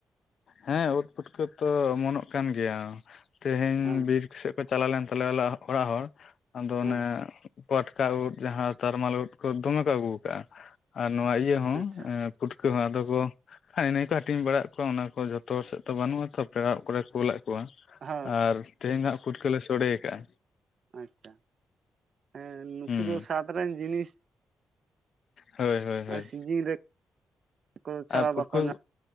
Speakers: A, on the left; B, on the right.
A: ᱦᱮᱸ ᱩᱫᱽ ᱯᱩᱴᱠᱟᱹ ᱛᱚ ᱚᱢᱚᱱᱚᱜ ᱠᱟᱱ ᱜᱮᱭᱟ ᱛᱮᱦᱮᱧ
B: ᱦᱮᱸ
A: ᱵᱤᱨ ᱥᱮᱜ ᱠᱚ ᱪᱟᱞᱟᱣ ᱞᱮᱱ ᱛᱟᱞᱮᱭᱟ ᱚᱞᱟᱜ ᱚᱲᱟᱜ ᱦᱚᱲ ᱟᱫᱚ
B: ᱦᱮᱸ
A: ᱚᱱᱮ ᱯᱟᱴᱠᱟ ᱩᱫᱽ ᱡᱟᱦᱟᱸ ᱛᱟᱨᱢᱟᱞ ᱩᱫᱽ ᱠᱚ ᱫᱚᱢᱮ ᱠᱚ ᱟᱹᱜᱩᱣ ᱠᱟᱜᱼᱟ ᱟᱨ ᱱᱚᱣᱟ ᱤᱭᱟᱹ ᱦᱚᱸ
B: ᱟᱪᱪᱷᱟ
A: ᱯᱩᱴᱠᱟᱹ ᱦᱚᱸ ᱟᱫᱚ ᱠᱚ ᱦᱮᱸ ᱤᱱᱟᱹ ᱜᱮᱠᱚ ᱦᱟᱹᱴᱤᱧ ᱵᱟᱲᱟᱜ ᱠᱚ ᱚᱱᱟ ᱠᱚ ᱡᱚᱛᱚ ᱦᱚᱲ ᱥᱮᱫ ᱛᱚ ᱵᱟᱹᱱᱩᱜᱼᱟ ᱛᱚ ᱯᱮᱲᱟᱜ ᱠᱚᱨᱮ ᱠᱩᱞᱟᱜ ᱠᱚᱣᱟ
B: ᱦᱮᱸ
A: ᱟᱨ ᱛᱮᱦᱮᱧ ᱦᱟᱸᱜ ᱯᱩᱴᱠᱟᱹᱞᱮ ᱥᱚᱲᱮᱭ ᱠᱟᱜᱼᱟ᱾
B: ᱟᱪᱪᱷᱟ ᱦᱮᱸ ᱱᱩᱠᱩ
A: ᱦᱩᱸ
B: ᱫᱚ ᱥᱟᱫᱽ ᱨᱮᱱ ᱡᱤᱱᱤᱥ
A: ᱦᱳᱭ ᱦᱳᱭ ᱦᱳᱭ᱾
B: ᱥᱤᱡᱤᱱ ᱨᱮ ᱠᱚ ᱪᱷᱟᱲᱟ
A: ᱟ ᱯᱩᱴᱠᱟᱹ
B: ᱵᱟᱠᱚ ᱧᱟᱢ